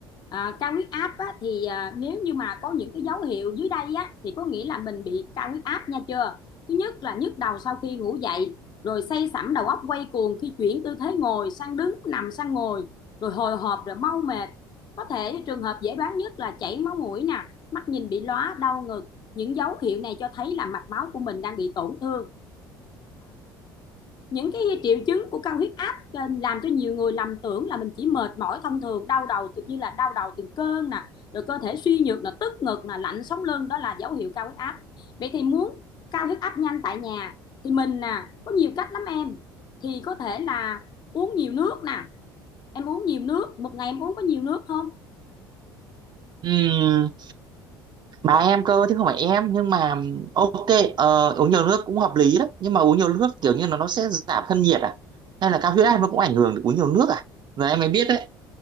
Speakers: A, on the left; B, on the right.
A: à, cao huyết áp á, thì à, nếu như mà có những cái dấu hiệu dưới đây á thì có nghĩa là mình bị cao huyết áp nha chưa thứ nhất là nhức đầu sau khi ngủ dậy rồi say sẩm đầu óc quay cuồng khi chuyển tư thế ngồi sang đứng nằm sang ngồi rồi hồi hộp rồi mau mệt có thể trường hợp dễ đoán nhất là chảy máu mũi nè mắt nhìn bị lóa đau ngực những dấu hiệu này cho thấy là mạch máu của mình đang bị tổn thương những cái triệu chứng của cao huyết áp ờ, làm cho nhiều người lầm tưởng là mình chỉ mệt mỏi thông thường đau đầu tự nhiên là đau đầu từng cơn nè rồi cơ thể suy nhược là tức ngực là lạnh sống lưng đó là dấu hiệu cao huyết áp vậy thì muốn cao huyết áp nhanh tại nhà thì mình nè có nhiều cách lắm em thì có thể là uống nhiều nước nè em uống nhiều nước một ngày em uống có nhiều nước không
B: Ừm, bà em cơ chứ không phải em nhưng mà ok ờ, uống nhiều nước cũng hợp lý đấy nhưng mà uống nhiều nước kiểu như là nó sẽ giảm thân nhiệt à hay là cao huyết áp nó cũng ảnh hưởng được uống nhiều nước à giờ em mới biết đấy